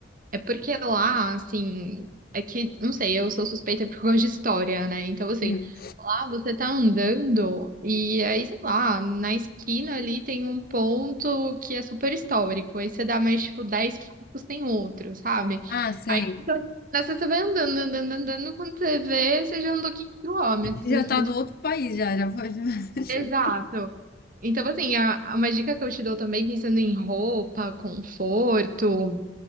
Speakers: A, on the right; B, on the left.
A: É porque lá, assim, é que, não sei, eu sou suspeita por causa de história, né? Então, assim,
B: Uhum.
A: lá você tá andando e aí, sei lá, na esquina ali tem um ponto que é super histórico. Aí você dá mais, tipo, 10 passos, tem outro, sabe?
B: Ah, sei.
A: Aí nessa você vai andando, andando, andando, quando você vê, você já andou 15 quilômetros.
B: Já tá do outro país, já, já foi. <laughs> já chegou.
A: Exato. Então, assim, a- uma dica que eu te dou também, pensando em roupa, conforto,